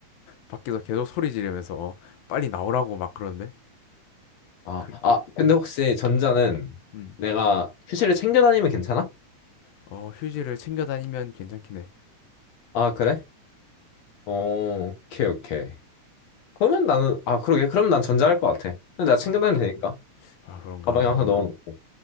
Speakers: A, on the left; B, on the left.
A: 밖에서 계속 소리 지르면서, 어, 빨리 나오라고 막 그러는데?
B: 아,
A: 그래.
B: 아 근데 혹시 전자는
A: 음.
B: 내가 휴지를 챙겨 다니면 괜찮아?
A: 어, 휴지를 챙겨 다니면 괜찮긴 해.
B: 아 그래? 어 오케이 오케이. 그러면 나는 아 그러게 그럼 난 전자 할 것 같아. 근데 내가
A: 아,
B: 챙겨 다니면 되니까
A: 아, 그런가?
B: 가방에 항상 넣어놓고.